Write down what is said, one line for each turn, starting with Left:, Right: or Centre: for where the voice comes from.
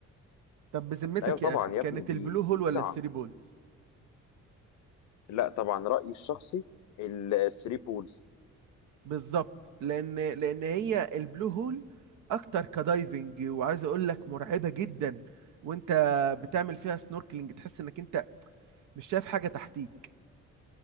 Right: طب بذمتك
Left: ايوه طبعا
Right: يا اخي
Left: يا
Right: كانت
Left: ابني دي
Right: البلو هول
Left: فظيعه
Right: ولا الثري بولز
Left: لا طبعا رايي الشخصي الثري بولز
Right: بالظبط لان لان هي البلو هول اكتر كدايفنج وعايز اقول لك مرعبه جدا وانت بتعمل فيها سنوركلينج تحس انك انت مش شايف حاجه تحتيك